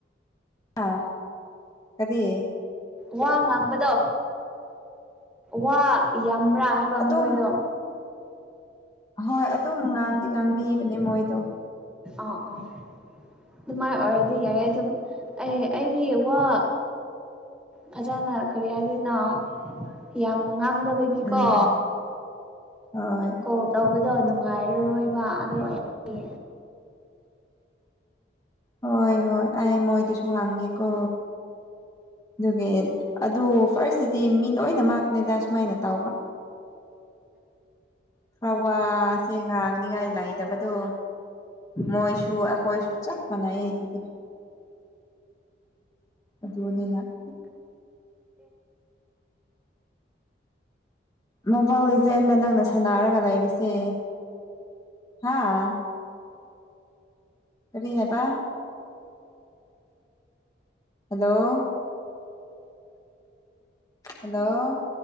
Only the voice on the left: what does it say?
ꯑꯥ ꯀꯔꯤ
ꯑꯗꯨꯝ
ꯍꯣꯏ ꯑꯗꯨꯝ ꯉꯥꯡꯗꯤ ꯉꯥꯡꯕꯤꯕꯅꯦ ꯃꯣꯏꯗꯣ
ꯎꯝ ꯍꯣꯏ
ꯍꯣꯏ ꯍꯣꯏ ꯑꯩ ꯃꯣꯏꯗꯁꯨꯕꯨ ꯍꯥꯡꯒꯦꯀꯣ ꯑꯗꯨꯒꯤ ꯑꯗꯨ ꯐꯥꯔꯁꯇꯗꯤ ꯃꯤ ꯂꯣꯏꯅꯃꯛꯅꯤꯗ ꯁꯨꯃꯥꯏꯅ ꯇꯥꯎꯕ <inaudible> ꯈ꯭ꯔꯋꯥꯁꯦ ꯉꯥꯡꯅꯤꯉꯥꯏ ꯂꯩꯇꯕꯗꯣ ꯃꯣꯏꯁꯨ ꯑꯩꯈꯣꯏꯁꯨ ꯆꯞ ꯃꯥꯟꯅꯩ ꯑꯗꯨꯗꯤ ꯑꯗꯨꯗꯤ ꯑꯣꯏꯗꯤ ꯃꯣꯕꯥꯏꯜ ꯂꯤꯖꯦꯟꯅ ꯅꯪꯅ ꯁꯥꯟꯅꯔꯒ ꯂꯩꯔꯤꯁꯦ ꯍꯥꯥ ꯐꯔꯤ ꯍꯕ ꯍꯜꯂꯣ ꯍꯜꯂꯣ